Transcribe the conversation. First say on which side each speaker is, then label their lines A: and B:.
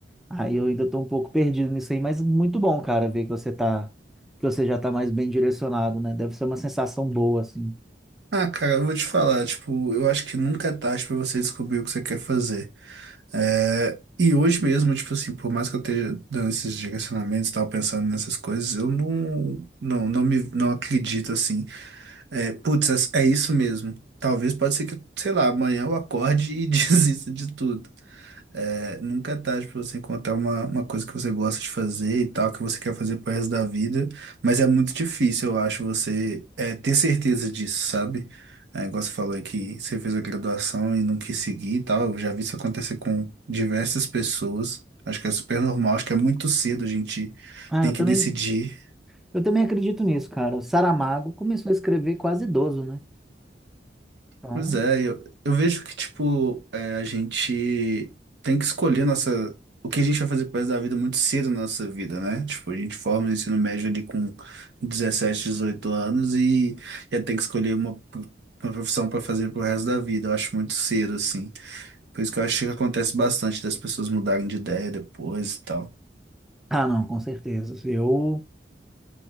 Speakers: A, in the centre; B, on the right.
A: Aí eu ainda tô um pouco perdido nisso aí, mas muito bom, cara, ver que você tá, que você já tá mais bem direcionado, né? Deve ser uma sensação boa, assim.
B: Ah, cara, eu vou te falar, tipo, eu acho que nunca é tarde pra você descobrir o que você quer fazer. É, e hoje mesmo, tipo assim, por mais que eu esteja dando esses direcionamentos e tal, pensando nessas coisas, eu não, não, não me, não acredito assim. É, putz, é é isso mesmo. Talvez pode ser que, sei lá, amanhã eu acorde e <laughs> desista de tudo. É, nunca é tarde para você encontrar uma, uma coisa que você gosta de fazer e tal, que você quer fazer pro resto da vida, mas é muito difícil, eu acho, você é, ter certeza disso, sabe? É, igual você falou aí que você fez a graduação e não quis seguir e tal, eu já vi isso acontecer com diversas pessoas, acho que é super normal, acho que é muito cedo a gente
A: Ah,
B: tem
A: eu
B: que
A: também,
B: decidir
A: eu também acredito nisso, cara. O Saramago começou a escrever quase idoso, né? Então,
B: Pois é, eu, eu vejo que, tipo, é, a gente tem que escolher nossa, o que a gente vai fazer pro resto da vida muito cedo na nossa vida, né? Tipo, a gente forma o ensino médio ali com 17 18 anos e já tem que escolher uma, pro- uma profissão para fazer pro resto da vida. Eu acho muito cedo, assim. Por isso que eu acho que acontece bastante das pessoas mudarem de ideia depois e tal.
A: ah, não, com certeza. Eu,